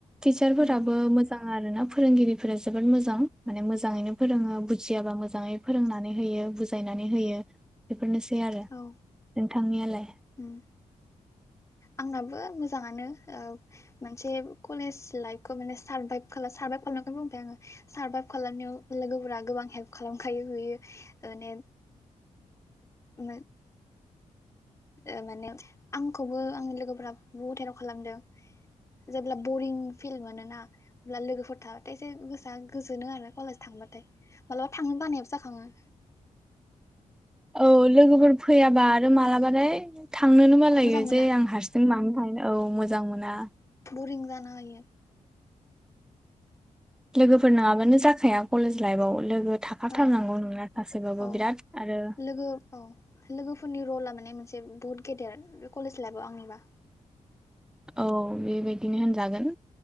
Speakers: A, in the centre; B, on the left (about 25°).
A: टिचारफोराबो
B: उम
A: मोजां आरोना फोरोंगिरिफोरा जोबोद मोजां माने मोजाङैनो फोरोङो बुजियाबा मोजाङै फोरोंनानै होयो बुजायनानै होयो बेफोरनोसै आरो
B: औ
A: थांनियालाय
B: उम आंनाबो मोजाङानो ओ मोनसे कलेज लाइफखौ माने सार्भाइभ खालाम सार्भाइभ खालामखनो बुंबाय आङो सार्भाइभ खालामनायाव लोगोफोरा गोबां हेल्प खालामखायो बिुयो माने म <unintelligible> ओ माने आंखौबो आंनि लोगोफोरा बहुथ हेलप खालामदों जेब्ला बरिं फिल मोनोना अब्ला लोगोफोर थाबाथाय एसे गोसोआ गोजोनो आरो कलेज थांबाथाय माबलाबा थांनो बानायाबो जाखाङो
A: औ लोगोफोर फैयाबा आरो मालाबालथाय थांनोनो बालायो
B: मोजां मोना
A: जे आं हारसिं मानो थाहैनो औ मोजां मोनो दा
B: बरिं जाना हायो
A: लोगोफोर नोङाबानो जाखाया कलेज लाइफआव लोगो थाखाथारनांगौ
B: ओं
A: ननो गासैबाबो
B: औ
A: बिराद आरो
B: लोगो औ लोगोफोरनि रला माने मोनसे बुहुत गेदेर कलेज लाइफव आंनिबा
A: औ बेबायदिनो होनजागोन